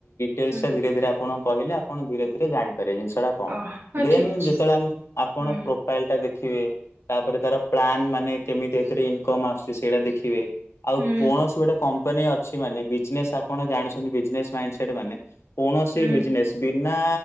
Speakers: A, on the left; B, on the right.
A: କେସ୍‌ଟା
B: ହୁଁ ହୁଁ
A: ଧୀରେ ଧୀରେ ଆଣ କହିଲେ ଆପଣ ଧୀରେ ଧୀରେ ଜାଣିପାରିବା ଜିନିଷ। ସେଟା କଣ
B: ଓହ ହଉ
A: ଦେ
B: ଠିକ ଅଛି
A: ଯେତେବେଳେ ଆପଣ
B: ହୁଁ
A: ଫାଇଲ୍ ଟା ଦେଖିବେ ତାପରେ ତାର ପ୍ଲାନ ମାନେ କେମିତି ଏଥିରେ ଇନକମ୍ ଆସୁଛି ସେଇଟା ଦେଖିବେ। ଆଉ
B: ହୁଁ
A: କୌଣସି ଗୋଟେ କମ୍ପାନୀ ଅଛି ମାନେ ବିଜ୍‌ନେସ୍ ଆପଣ ଜାଣିଛନ୍ତି ବିଜ୍‌ନେସ୍‌ ମାଇଣ୍ଡ ସେଟ୍ ମାନେ କୌଣସି
B: ହୁଁ
A: ବିଜ୍‌ନେସ୍‌ ବିନା